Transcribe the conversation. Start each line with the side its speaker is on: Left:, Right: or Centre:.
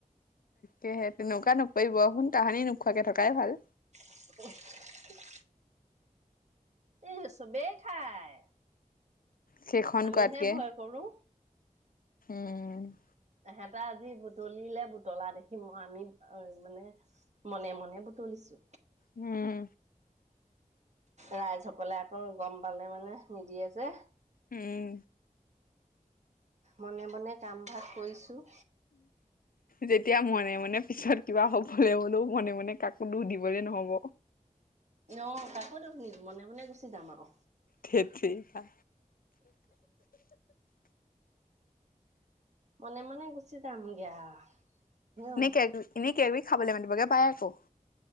Left: কেহে তেনেকুৱা নকৰিব কোন কাহানি নোখোৱাকে থকাই ভাল।
Right: <unintelligible> এই চবেই খাই।
Left: সেইখন
Right: আমিহে
Left: কোৱাতকে
Right: ভয় কৰো।
Left: উম।
Right: তহেত আজি বুটলিলে বুটলা দেখিম মই আমি মানে-মনে মনে বুটলিছো।
Left: উম।
Right: ৰাইজসকলে আকৌ গম পালে মানে নিদিয়ে যে।
Left: উম
Right: মনে-মনে কাম ভাগ কৰিছো।
Left: যেতিয়া মনে-মনে পিছত কিবা হ'বলৈ হলেও মনে-মনে কাকো দুখ দিবলে নহব।
Right: অ তাকো দেখ মনে-মনে গুচি যাম আৰু।
Left: ধেৎ তেৰিকা।
Right: মনে-মনে গুচি চামগে আৰু। হেও।
Left: নিনকে এনেক কিবা-কবি খাবলৈ মাতিবগে পাই আকৌ।